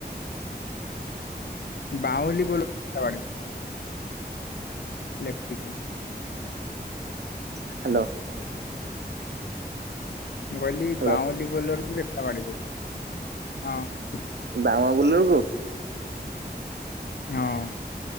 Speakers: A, on the left (about 70°); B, on the right (about 80°).
A: ବାଉଲି ବୋଲର <unintelligible> ଲେପଟିକୋ।
B: ହ୍ୟାଲୋ।
A: ମୁଁ କହିଲି
B: ହ୍ୟାଲୋ
A: ବାଉଲି ବୋଲରକୁ କେତେଟା ବାଡେଇ <unintelligible> ହଁ।
B: ବାଉଆ ବୋଲର କୁ?
A: ହଁ।